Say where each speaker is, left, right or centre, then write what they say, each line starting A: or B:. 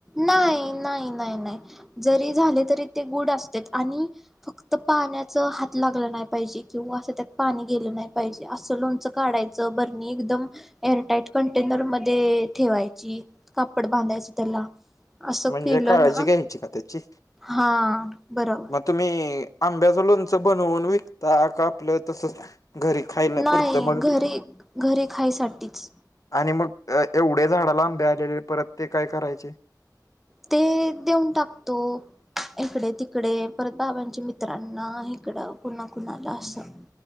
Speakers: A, in the centre; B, on the left (about 50°).
A: नाय नाय नाय नाय. जरी झाले तरी ते गोड असते आणि फक्त पाण्याचं हात लागला नाही पाहिजे किंवा असं त्यात पाणी गेलं नाही. पाहिजे असं लोणचं काढायचं बरणी एकदम एअरटाईट कंटेनर मध्ये ठेवायची. कपडं बांधचं त्याला असं
B: म्हणजे
A: केलं
B: काळजी
A: ना
B: घ्यायची का त्याची.
A: हा, बरोबर.
B: मग तुम्ही आंब्याचं लोणचं बनवून विकता का आपलं तसचं घरी खायला
A: नाही
B: पुरतं मगं
A: घरी घरी खायसाठीच
B: आणि मग एवढे झाडाला आंबे आलेले परत ते काय करायचे
A: ते देऊन टाकतो. इकडे तिकडे परत बाबांच्या मित्रांना इकडं कुणाकुणाला असं